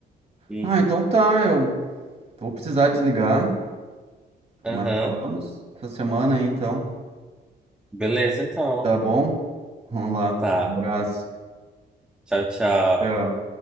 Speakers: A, in the centre; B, on the right.
A: Hum,
B: Ah, então tá, eu. Vou precisar desligar,
A: Aham.
B: mas falamos essa semana aí, então.
A: Beleza, então.
B: Tá bom? Vamos lá.
A: Tá.
B: Um abraço.
A: Tchau, tchau.
B: Tchau.